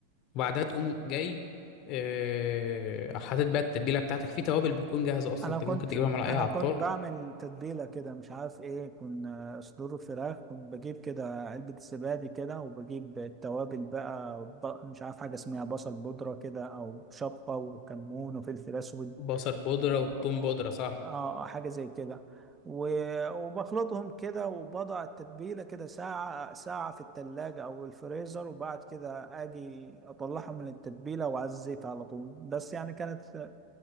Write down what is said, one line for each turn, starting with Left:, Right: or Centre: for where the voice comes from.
Left: وبعدها تقوم جاي آه، حاطط بقى التتبيله بتاعتك في توابل بتكون جاهزه اصلا
Right: انا
Left: انت
Right: كنت
Left: ممكن تجيبها من على
Right: انا
Left: اي عطار
Right: كنت بعمل تتبيله كده مش عارف ايه كنا صدور الفراخ كنت بجيب كده علبه زبادي كده وبجيب التوابل بقى ب- مش عارف حاجه اسمها بصل بودره كده او شطه وكمون وفلفل اسود
Left: بصل بودره
Right: اه
Left: وثوم بودره صح
Right: آه، آه، حاجة زي كده و- وبخلطهم كده وبضع التتبيلة كده ساعة ساعة في التلاجة أو الفريزر وبعد كده أجي أطلعها من التتبيلة وعلى الزيت على طول بس يعني كانت